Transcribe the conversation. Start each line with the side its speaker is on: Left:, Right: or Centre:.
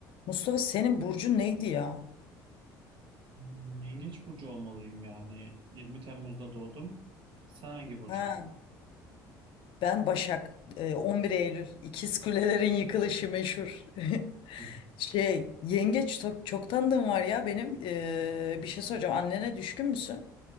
Left: Mustafa senin burcun neydi ya?
Right: Hmm, Yengeç burcu olmalıyım yani. 20 Temmuz'da doğdum. Sen hangi burçtun?
Left: Ha, ben Başak. Ee, 11 Eylül. İkiz Kulelerin yıkılışı meşhur. <laughs>
Right: Hı. hı.
Left: Şey, yengeç to- çok tanıdığım var ya benim. Ee, bir şey soracağım. Annene düşkün müsün?